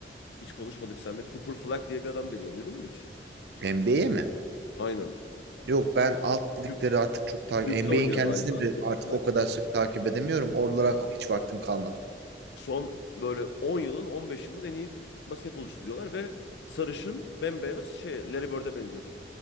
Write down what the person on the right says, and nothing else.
NBA'ye mi?
Yok ben alt ligleri
artık çok takip
NBA'in
kendisini
bile
artık
o kadar sık takip edemiyorum. Oralara hiç vaktim kalmadı.